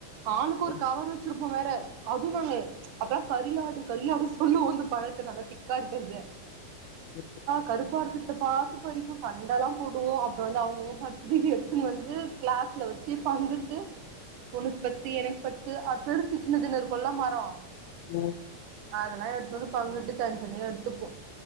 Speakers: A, on the right (about 80°); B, on the left (about 80°).
A: ஆளுக்கு ஒரு
B: ம்
A: கவர் வெச்சிருப் உ வேற அதுவு நாங்க அப்ப கரிலாடு கரிலாடு சொல்லுவோ அந்த பழத்தை நல்லா திக்கா இருக்றத
B: <unintelligible>
A: கருப்பார்க்றத பாத்து பறிப்போ சண்டைல்லா போடுவோ அப்புறம் வந்து அவங்கவுங்க பரிச்சிது எடுத்துன்னு வந்து கிளாஸ்ல வெச்சி பங்குட்டு உனுக்கு பத்து எனக்கு பத்து அ பெருசு சின்னதுல இருக்கல்லா மரோ
B: ம்
A: அதல்லா எடுத்துனு வந்து பங்குட்டு தன் தனிய எடுத்துப்போம்